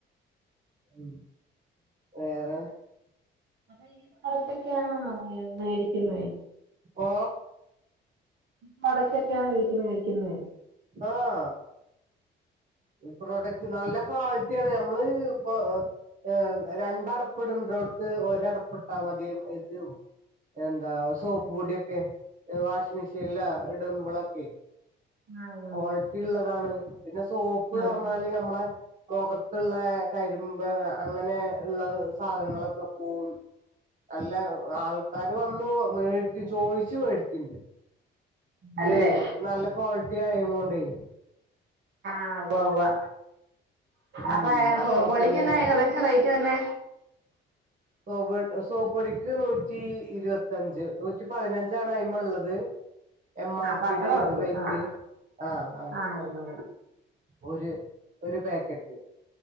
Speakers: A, on the right; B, on the right.
A: ഉ വേറെ
B: അപ്പ ഈ സ്ഥത്തൊക്കെയ ആണോ മേടിക്കുന്നത്
A: ഓ
B: പുറത്തൊക്കെയാണ് വീട്ടിൽ മേടിക്കുന്നത്
A: ആഹ്.. ഈപ്രൊഡക്റ്റ് നല്ല ക്വാളിറ്റിയ ആണ് ഞമ്മള് ഇപ്പ ആ രണ്ടടപ്പ്ഇടണ്ടടത്ത് ഒരടപ്പിട്ടാൽ മതി ഇത് എന്താ സോപ്പ് പൊടിയക്കെ വാഷിംഗ് മെഷീനിലാ ഇടുബളക്കെ
B: ആ ഉവ്വ്
A: ക്വാളിറ്റി ഉള്ളതാണ് പിന്നെ സോപ്പ്
B: ഉവ്വ്
A: പറഞ്ഞാല് മ്മളെ മുഖത്തുള്ള കരിമ്പ് അങ്ങനെ ഉള്ളത് സാധനങ്ങളൊക്കെ പോക്കും അല്ല ആൾക്കാര് വന്ന് മേടിക്കു ചോദിച്ച് മേടിക്കണ്ട്
B: അല്ലേ
A: അ നല്ല ക്വാളിറ്റി ആയ കൊണ്ടേ
B: ആ ഉവ്വാ ഉവ്വാ
A: ഉം
B: അപ്പ
A: അപ്പൊ
B: സോപ്പ്പൊടിക്കുന്നഏകദേശ
A: പിന്നെ
B: എന്ന റേയിറ്റു വരുന്നെ
A: സോപ്പ് സോപ്പൊടിക്ക് നൂറ്റി ഇരുപത്തഞ്ച് നൂറ്റി പതിനഞ്ചാണ് അയി മ ഉള്ളത് എം
B: ആഹ്
A: ആർ
B: അപ്പൊ
A: പിയുടെ
B: അത്രേ ഉള്ളൂ
A: റേറ്റ്
B: ആഹ്
A: ആഹ ആ അത്ര
B: ആഹ് ഉവ്വ
A: ഒരു ഒരു പാക്കറ്റ്